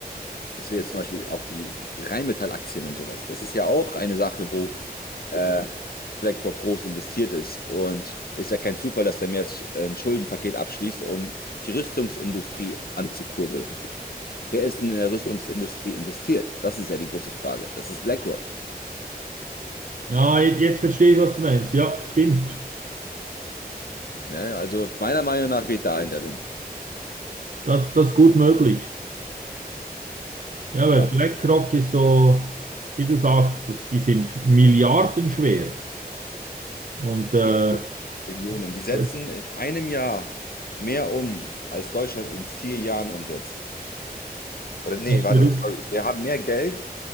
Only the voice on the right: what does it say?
Ja, je- jetzt verstehe ich, was du meinst. Ja, stimmt.
Das, das ist gut möglich. Ja, weil
BlackRock ist so, wie du sagst, das, die sind milliardenschwer. Und äh,
das
ist
verrückt.